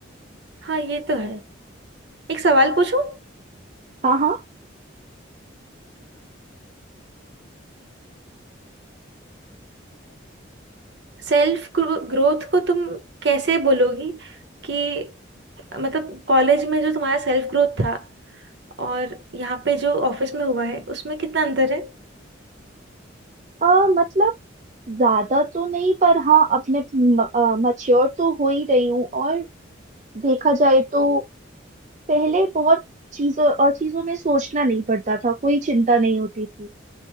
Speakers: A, on the right (about 60°); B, on the right (about 35°).
A: हाँ ये तो है एक सवाल पूछूं
B: हाँ हाँ
A: सेल्फ ग्रोथ को तुम कैसे बोलोगी कि मतलब कॉलेज में जो तुम्हारा सेल्फ ग्रोथ था और यहाँ पे जो ऑफिस में हुआ है उसमें कितना अंतर है
B: अ, मतलब ज्यादा तो नहीं पर हाँ अब मैं मच्योर तो हो ही रही हूँ और देखा जाए तो पहले बहुत चीजों और चीजों में सोचना नहीं पड़ता था कोई चिंता नहीं होती थी